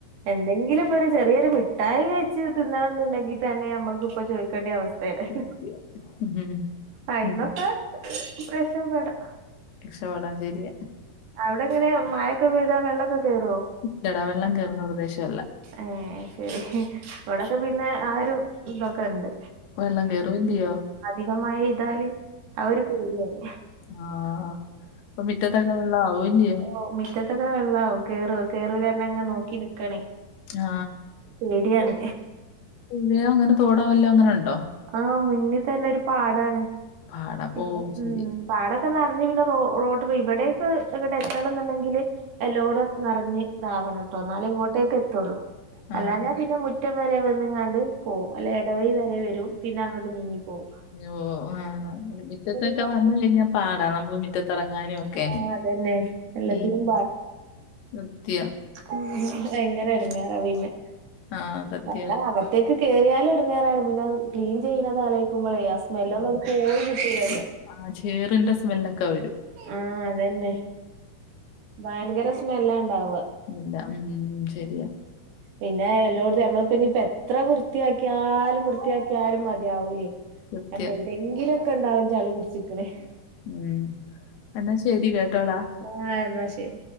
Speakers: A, on the right (about 70°); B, on the left (about 80°).
A: എന്തെങ്കിലും ഇപ്പൊ ഒരു ചെറിയൊരു മിഠായി കഴിച്ച് തിന്നണംന്ന്ണ്ടെങ്കിത്തെന്നെ നമ്മുക്ക്പ്പ ചോയ്ക്കണ്ടവസ് ഥെണല്ലൊ
B: സത്യം. ഉം.
A: അയിന്നൊക്കെ
B: ഉം.
A: രക്ഷപ്പെടാ
B: രക്ഷപെടാം ശെരിയാ
A: അവടെങ്ങനെ മഴൊക്കെ പെയ്താ വെള്ളൊക്കെ കേറോ
B: ഇല്ലടാ വെള്ളം കേറുന്ന പ്രദേശല്ല
A: ഏ ശെരി ഇവിടൊക്കെ പിന്നെ ആ ഒരു ഇതൊക്കെണ്ട്
B: വെള്ളം കേറും ഇല്ല്യോ
A: അധികം മഴെയ്താല് ആഒരു പേട്യണ്
B: ആ. അപ്പൊ മിറ്റത്തൊക്കെ വെള്ളം ആവുവല്ലയോ?
A: ഓ റ്റത്തൊക്കെ വെള്ളാവും കേറോ കേറൂല്ലേ ർഞ് അങ്ങനെ നോക്കി നിക്കാണെ
B: ആ
A: പേടിയാണ്
B: പുഴയോ അങ്ങനെ തോടോ വല്ലോ അങ്ങനെണ്ടോ
A: ആ മുന്ന് ത്തന്നെ ഒരു പാടാണ്
B: പാടം.
A: പിന്നെ
B: ഓ!
A: ഉം
B: ശരി.
A: പാടൊക്കെ നർഞ്ഞ് പിന്നെ റോ റോട്ട് ഇവിടെക്കെ ങ്ങട്ട് എത്തണംന്ന്ണ്ടെങ്കില് എല്ലോടും നറഞ്താവണം ട്ടോ ന്നാലെ ഇങ്ങോട്ടേക്കെത്തൊള്ളൂ
B: ആ.
A: അല്ലാഞ്ഞ പിന്നെ മു റ്റം വെരെ വെന്ന്ങ്ങാണ്ട് പോവും അല്ലെ എടവഴി വരെ വെരും പിന്നങ്ങട്ട് നീങ്ങിപ്പോവും
B: ഓ ആ മിറ്റത്തൊക്കെ
A: ഇതൊക്കെ
B: വന്ന് കഴിഞ്ഞാ പാടാ നമുക്ക് മി റ്റത്തെറങ്ങാനൊക്കെ
A: ആ അതന്നെ എല്ലാത്തിനും
B: ഉം സത്യ
A: ഉം ഭയങ്കര എടങ്ങേറ പിന്നെ
B: ആ സത്യം.
A: അല്ല അക ത്തേക്ക് കേറിയാലും എടങ്ങേറാണ് പിന്നത് ക്ലീൻ ചെയ്യ്ണത് ആലോയ്ക്കുമ്പളെ അസ് സ്മെല്ലൊന്നണ്ട്
B: ആ
A: പോയി കിട്ടുലല്ലോ
B: ആ ചേറിന്റെ സ്മെല്ലൊക്കെ വെരും
A: ആ അതെന്നെ ഭയങ്കര സ്മെല്ലാണ്ടാവ
B: ഇല്ല ഉം ശെരിയ
A: പിന്നെ എല്ലോട്ത്തും ഞമ്മള്പ്പ ഇനിപ്പ എത്ര വൃത്തിയാക്കിയാലും വൃത്തിയാക്കിയാലും മതിയാവൂലേ
B: സത്യം.
A: കാരണം എവിടെയങ്കിലൊക്കെണ്ടാവും ചളി പിടിച്ച്ക്ക്ണ്‌
B: ഉം എന്നാ ശെരി കേട്ടോടാ
A: ആ എന്നാ ശരി